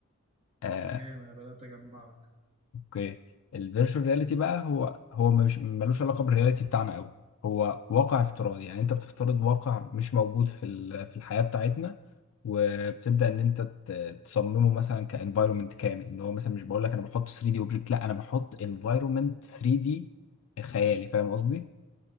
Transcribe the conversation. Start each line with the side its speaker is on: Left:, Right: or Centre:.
Left: آه،
Right: تمام انا بدات اجمعك
Left: اوكي الفيرتشوال رياليتي بقى هو هو مش ملوش علاقه بالرياليتي بتاعنا قوي هو واقع افتراضي يعني انت بتفترض واقع مش موجود في ال- في الحياه بتاعتنا وبتبدا ان انت ت- تصممه مثلا كانفايرمنت كامل اللي هو مثلا مش بقول لك انا بحط 3 دي اوبجكت لا انا بحط انفايرمنت 3 دي خيالي فاهم قصدي